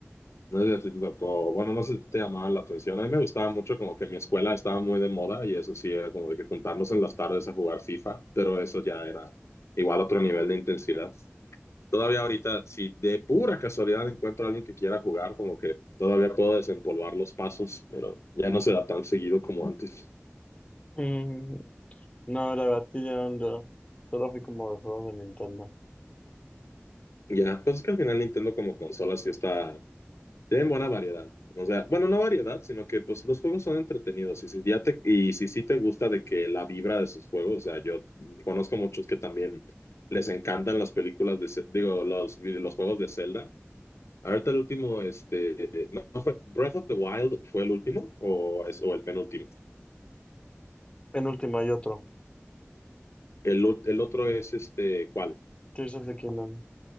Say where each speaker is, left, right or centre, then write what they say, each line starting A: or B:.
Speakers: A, on the left (about 80°); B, on the left (about 25°).
A: No sé si a ti te tocó, bueno, no sé si te llamaban la atención, a mí me gustaba mucho como que mi escuela estaba muy de moda y eso sí era como de que juntarnos en las tardes a jugar FIFA, pero eso ya era igual otro nivel de intensidad. Todavía ahorita, si de pura casualidad encuentro a alguien que quiera jugar, como que todavía puedo desempolvar los pasos, pero ya no se da tan seguido como antes.
B: Mm, No, la verdad, sí, yo no, solo fui como de juegos de Nintendo.
A: Ya, pues es que al final Nintendo como consola sí está, tiene buena variedad. O sea, bueno, no variedad, sino que pues los juegos son entretenidos. Y si ya te, y si sí te gusta de que la vibra de sus juegos, o sea, yo conozco muchos que también les encantan las películas de, Ce- digo, los, vide- los juegos de Zelda Ahorita el último, este, no, no fue Breath of the Wild fue el último o, es- o el penúltimo.
B: Penúltima hay otro,
A: El, ul- el otro es este, ¿cuál?
B: Tears of the Kingdom.